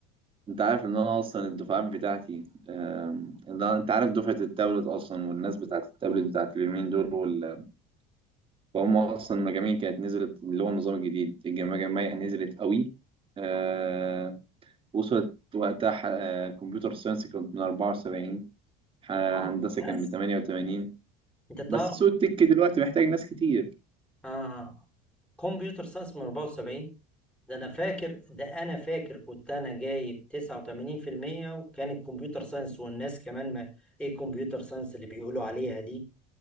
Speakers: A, on the right; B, in the centre.
A: انت عارف ان انا اصلا الدفعات بتاعتي آم، ان أنا- انت عارف دفعه التابلت اصلا والناس بتاعت التابلت بتاعت اليومين دول وال... وهم اصلا المجاميع كانت نزلت اللي هو النظام الجديد المجاميع نزلت قوي آه، وصلت وقتها ح- آه، كمبيوتر ساينس كانت من 74 ح-
B: اه
A: هندسه
B: بس
A: كان ب 88
B: انت تعرف
A: بس سوق التك دلوقتي محتاج ناس كتير
B: اه آه. كمبيوتر ساينس من 74 ده انا فاكر ده انا فاكر كنت انا جايب 89% وكان الكمبيوتر ساينس والناس كمان ما ايه كمبيوتر ساينس اللي بيقولوا عليها دي